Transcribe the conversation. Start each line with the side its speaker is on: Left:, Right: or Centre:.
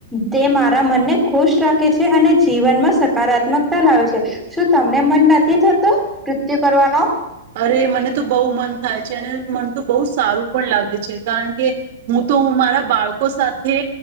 Centre: તે મારા મનને ખુશ રાખે છે અને જીવનમાં સકારાત્મકતા લાવે છે. શું તમને મન નથી થતું નૃત્ય કરવાનો?
Right: અરે મને તો બવ મન થાય છે અને મન તો બહુ સારું પણ લાગે છે. કારણ કે હું તો હુ મારા બાળકો સાથે